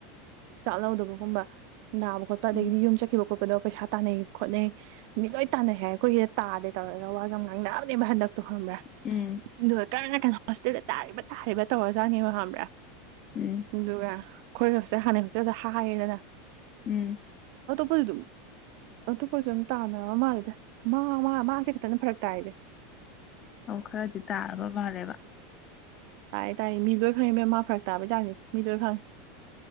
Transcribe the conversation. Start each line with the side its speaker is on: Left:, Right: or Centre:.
Right: ꯆꯥꯛ ꯂꯧꯗꯕꯒꯨꯝꯕ ꯅꯥꯕ ꯈꯣꯠꯄ ꯑꯗꯒꯤꯗꯤ
Left: ꯎꯝ
Right: ꯌꯨꯝ ꯆꯠꯈꯤꯕ ꯈꯣꯠꯄꯗꯣ ꯄꯩꯁꯥ ꯇꯥꯟꯅꯩ ꯈꯣꯠꯅꯩ ꯃꯤꯠ ꯂꯣꯏ ꯇꯥꯟꯅꯩ ꯍꯥꯏ ꯑꯩꯈꯣꯏꯒꯤꯗ ꯇꯥꯗꯦ ꯇꯧꯔꯒ ꯋꯥꯁꯦ ꯌꯥꯝ ꯉꯥꯡꯅꯕꯅꯕꯅꯦꯕ ꯍꯟꯗꯛ ꯑꯣ ꯈꯪꯕ꯭ꯔꯥ
Left: ꯎꯝ ꯎꯝ
Right: ꯑꯗꯨꯒ ꯀꯔꯝꯅ ꯀꯅꯥ ꯍꯣꯁꯇꯦꯜꯗ ꯇꯥꯔꯤꯕ ꯇꯥꯔꯤꯕ ꯇꯧꯔꯖꯥꯠꯅꯦꯕ ꯈꯪꯕ꯭ꯔꯥ ꯑꯗꯨꯒ
Left: ꯎꯝ
Right: ꯑꯩꯈꯣꯏꯒꯁꯦ ꯍꯥꯟꯅ ꯍꯧꯁꯦ ꯑꯗꯨꯗ ꯍꯥꯏꯌꯦꯗꯅ
Left: ꯎꯝ
Right: ꯄ ꯑꯗꯨꯨꯝ ꯑꯇꯣꯞꯄꯁꯨ ꯑꯗꯨꯝ ꯇꯥꯅꯕꯅꯕ ꯃꯥꯜꯜꯂꯤꯦꯗ ꯃꯥ ꯃꯥ ꯃꯥꯁꯦ ꯈꯤꯇꯅ ꯐꯔꯛ ꯇꯥꯏꯗꯤ
Left: ꯑꯃ ꯈꯔꯗꯤ ꯇꯥꯔꯕ ꯐꯔꯦꯕ
Right: ꯇꯥꯔ ꯇꯥꯔꯦ ꯃꯤ ꯂꯣꯏ ꯈꯪꯉꯤꯕꯦꯝ ꯃꯥ ꯐꯔꯛ ꯇꯥꯕꯩ ꯆꯥꯡꯅꯤ ꯃꯤ ꯂꯣꯏ ꯈꯪꯉꯤ